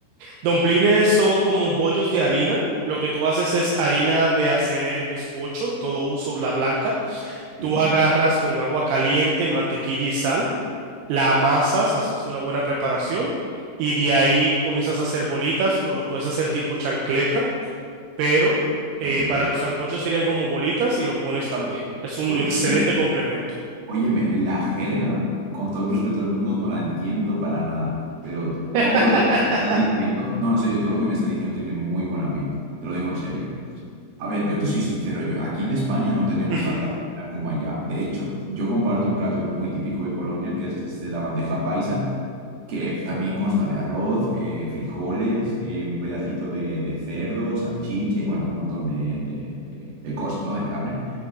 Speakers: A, on the right; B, on the right.
A: Domplines son como bollos de harina. Lo que tú haces es harina de hacer bizcocho, todo uso, la blanca.
B: Sí,
A: Tú agarras con agua caliente, mantequilla y sal, la amasas, haces una buena preparación y de ahí comienzas a hacer bolitas o lo puedes hacer tipo chancleta, pero eh,
B: sí.
A: para los sancochos serían como bolitas y lo pones también. Es un
B: Pues,
A: excelente
B: oye,
A: complemento.
B: Óyeme, la jerga, con todo el respeto del mundo, no la entiendo para nada, pero
A: <laughs>
B: todo lo que me estás diciendo, no, en serio, todo lo que me estás diciendo tiene muy buena pinta, te lo digo en serio. A ver, yo te soy sincero, yo aquí en España no tenemos
A: Ujú.
B: tanta comida como allá. De hecho, yo comparto un plato muy típico de Colombia, que es este, la bandeja paisa, que también consta de arroz, eh, frijoles, eh, un pedacito de, de cerdo, salchicha y bueno, un montón de, de de- de cosas, ¿no? De carne.